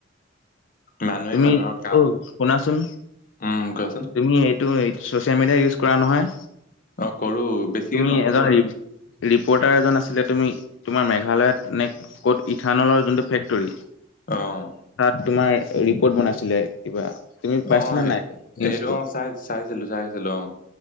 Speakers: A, on the left; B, on the left.
A: মানুহে
B: তুমি
A: মানুহৰ কা
B: অ শুনাচোন
A: উম, কোৱাচোন
B: তুমি এইটো চচিয়েল মিডিয়া ইউজ কৰা নহয়
A: অ', কৰো বেছিকে
B: তুমি
A: নকৰো
B: এজন
A: আৰু
B: ৰিপৰ্টাৰ এজন আছিলে তুমি তোমাৰ মেঘালয়ত নে ক'ত ইথানলৰ যোনটো ফেক্টৰী
A: অ'।
B: তাত তোমাৰ ৰিপ'ৰ্ট বনাইছিলে কিবা তুমি পাইছিলা
A: অ' স
B: নাই নিউজটো
A: সেইটো অ' চাই চাইছিলো চাই আছিলো অ'।